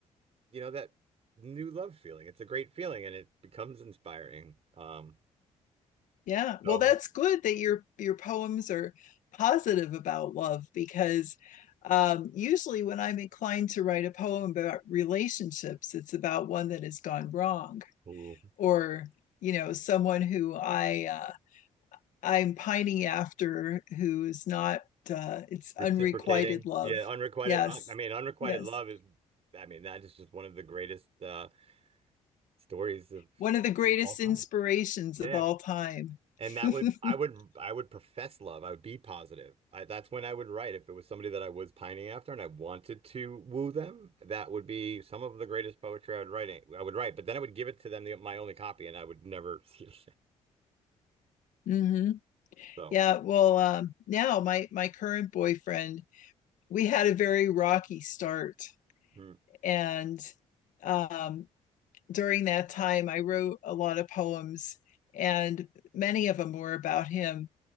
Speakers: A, on the right; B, on the left.
A: you know, that new love feeling. It's a great feeling and it becomes inspiring. Um,
B: Yeah.
A: so
B: Well, that's good that your your poems are positive about love because um usually when I'm inclined to write a poem about relationships, it's about one that has gone wrong
A: ooh,
B: or, you know, someone who I uh I'm pining after who is not, uh, it's
A: reciprocating,
B: unrequited love.
A: yeah, unrequited.
B: Yes,
A: I mean, unrequited
B: yes.
A: love is, I mean, that is just one of the greatest uh stories of
B: One of the greatest
A: all time.
B: inspirations
A: Yeah.
B: of all time.
A: And that would
B: <laughs>
A: I would I would profess love. I would be positive. I, that's when I would write. If it was somebody that I was pining after and I wanted to woo them, that would be some of the greatest poetry I would write. I would write, but then I would give it to them the, my only copy, and I would never <laughs> see it
B: hmm
A: So,
B: Yeah, well, um, now my my current boyfriend, we had a very rocky start,
A: mm.
B: and um, during that time, I wrote a lot of poems, and many of them were about him,